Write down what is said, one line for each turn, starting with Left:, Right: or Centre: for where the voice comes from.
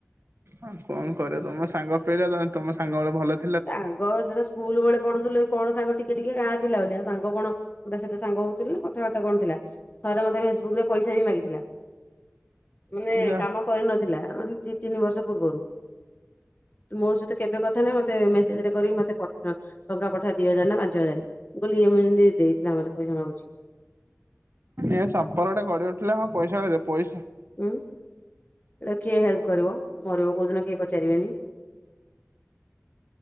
Right: ଆଉ କଣ କରିବା ତମ ସାଙ୍ଗ ପିିଲା ତମ ସାଙ୍ଗ ବେଳେ ଭଲ ଥି
Left: ସାଙ୍ଗ ସେଟା ସ୍କୁଲ ବେଳେ ପଢୁଥିଲୁ କଣ ସାଙ୍ଗ ଟିକେ ଟିକେ ଗାଁ ପିଲା ବୋଲି, ସାଙ୍ଗ କଣ ତା ସାତେ ସାଙ୍ଗ ହଉଥିଲି ନା କଥାବାର୍ତ୍ତା କଣ ଥିଲା। ଥରେ ମତେ ଫେସବୁକ ରେ ପଇସା ବି ମାଗିଥିଲା, ମାନେ
Right: ଯା
Left: କାମ କରିନଥିଲା ମାନେ ଦି ତିନି ବର୍ଷ ପୂର୍ବରୁ, ମୋ ସହିତ କେବେ କଥା ନାହିଁ ମତେ ମତେ ମେସେଜରେ କରିକି ମୋତେ ଟଙ୍କା ପଠା ଦି ହଜାର ନା ପାଞ୍ଚ ହଜାର ମୁଁ କହଲି ଏଇ ମୁଁ ଯେମତି ଦେଇଥିଲା ମତେ ପଇସା ମାଗୁଛି।
Right: ଏ ସମ୍ପର୍କଟା ଗଢି ଉଠିଲା ହଁ ପଇସା ଟା ଦେ ପଇସା
Left: ହୁଁ ଏଇଟାକୁ କିଏ ହେଲ୍ପ କରିବ, ମରିବ କୋଉ ଦିନ କେହି ପଚାରିବେନି।